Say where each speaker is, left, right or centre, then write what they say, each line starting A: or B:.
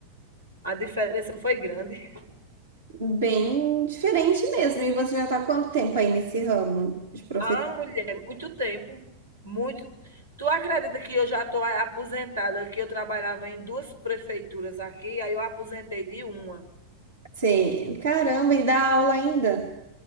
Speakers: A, on the right (about 80°); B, on the right (about 65°).
A: A diferença foi grande.
B: Bem diferente mesmo. E você já está há quanto tempo aí nesse ramo de professor?
A: Ah, mulher, muito tempo. Muito. Tu acredita que eu já estou aposentada, que eu trabalhava em duas prefeituras aqui, aí eu aposentei de uma.
B: Você, caramba, e dá aula ainda?